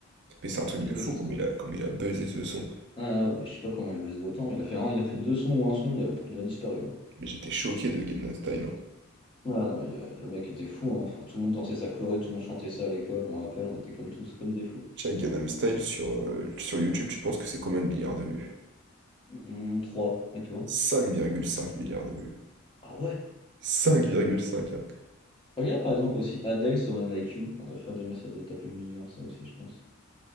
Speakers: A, on the right; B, on the left.
A: Mais c'est un truc
B: Quelque
A: de fou
B: chose
A: comme
B: comme
A: il
B: ça.
A: a, comme il a buzzé ce son.
B: Ah, ah, bah, je sais pas comment il a baisé autant. Il a fait un, il a fait deux sons ou un son, il a, il a disparu. hein.
A: Mais j'étais choqué de Gangnam Style. hein.
B: Ah non, il a- le mec était fou. hein. Enfin, tout le monde dansait sa choré, tout le monde chantait ça à l'école. Je me rappelle, on était comme tous, comme des fous.
A: Tu sais, Gangnam Style sur, euh, sur YouTube, tu penses que c'est combien de milliards de vues?
B: Hum, trois. Et toi?
A: Cinq virgule cinq milliards de vues.
B: Ah ouais.
A: 5,5, hein.
B: Regarde par exemple aussi Adele, Someone Like You. On va faire des messages de taper le milliard, ça aussi, je pense.